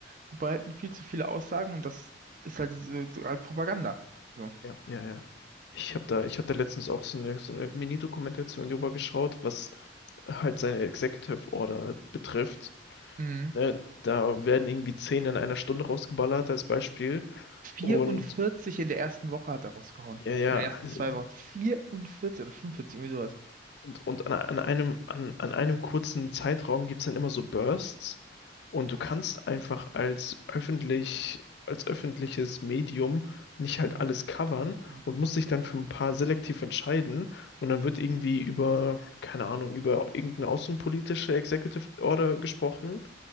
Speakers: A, on the right; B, on the left.
A: verbreiten, viel zu viele Aussagen und das ist halt, so, so halt Propaganda. So.
B: Ja, ja, ja. Ich habe da, ich hab da letztens auch so eine, so eine Mini-Dokumentation drüber geschaut, was halt seine Executive Order betrifft.
A: Mhm.
B: Ne? Da werden irgendwie zehn in einer Stunde rausgeballert als Beispiel.
A: 44
B: Und
A: in der ersten Woche hat er rausgehauen.
B: ja, ja,
A: Oder in den ersten
B: also-
A: zwei Wochen. 44 oder 45, irgendwie sowas.
B: und, und an, an einem, an, an einem kurzen Zeitraum gibt es dann immer so Bursts. Und du kannst einfach als öffentlich, als öffentliches Medium nicht halt
A: Mhm.
B: alles covern
A: Mhm.
B: und musst dich dann für ein paar selektiv entscheiden. Und dann wird irgendwie über, keine Ahnung, über irgendeine außenpolitische Executive Order gesprochen.